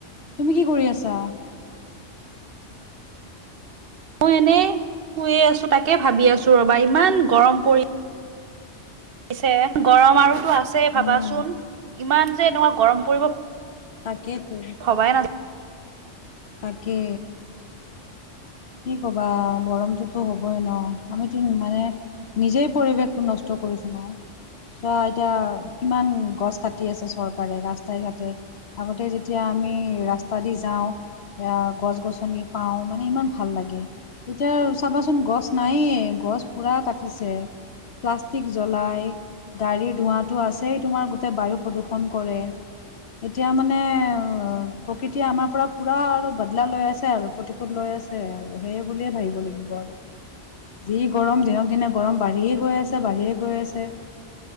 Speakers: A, on the left; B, on the right.
A: তুমি কি কৰি আছা?
B: মই এনেই শুয়ে আছো, তাকে ভাবি আছো ৰবা ইমান গৰম পৰি- পিছে গৰম আৰুতো আছে ভাবাচোন,
A: উম
B: ইমান যে এনেকুৱা গৰম পৰিব-
A: তাকেতো।
B: ভবাই নাছ-
A: তাকে। কি কবা গৰমটোতো হবই ন, আমিতোন মানে- নিজেই পৰিৱেশটো নষ্ট কৰিছো নহয়। চোৱা এতিয়া কিমান গছ কাটি আছে চৰকাৰে ৰাস্তাই ঘাটে। আগতে যেতিয়া আমি ৰাস্তা দি যাওঁ এয়া গছ গছনি পাওঁ মানে ইমান- ভাল লাগে, এতিয়া চাবাচোন গছ নায়ে গছ পুৰা কাটিছে। প্লাষ্টিক জ্বলাই- গাড়ীৰ ধোঁৱাটো আছেই তোমাৰ গোটেই বায়ু প্ৰদূষণ কৰে। এতিয়া মানে প্ৰকৃতিয়ে আমাৰ পৰা পুৰা আৰু বদলা লৈ আছে আৰু প্ৰতিশোধ লৈ আছ- ছে আৰু সেই বুলিয়ে ভাবিব লাগিব আৰু। যি গৰম দিনক দিনে গৰম বাঢ়িয়ে গৈ আছে বাঢ়িয়ে গৈ আছে।